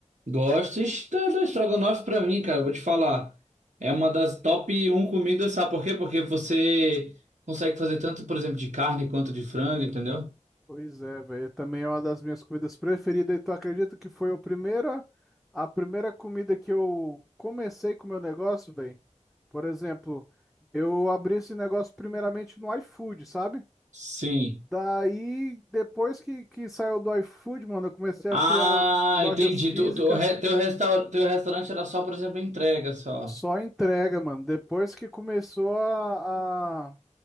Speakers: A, on the right; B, in the centre.
A: Gosto está da estrogonofe pra mim, cara. eu Vou te falar. É uma das top um comidas, sabe por quê? Porque você consegue fazer tanto, por exemplo, de carne quanto de frango, entendeu?
B: Pois é, velho. Também é uma das minhas comidas preferidas. E tu acredita que foi a primeira, a primeira comida que eu comecei com o meu negócio, velho? Por exemplo, eu abri esse negócio primeiramente no iFood, sabe?
A: Sim.
B: Daí, depois que, que saiu do iFood, mano, eu comecei
A: Ah,
B: a criar lojas
A: entendi.
B: físicas,
A: Tu, tu, re- teu, restaur, teu restaurante era só, por exemplo, entrega só.
B: só entrega, mano. Depois que começou a, a,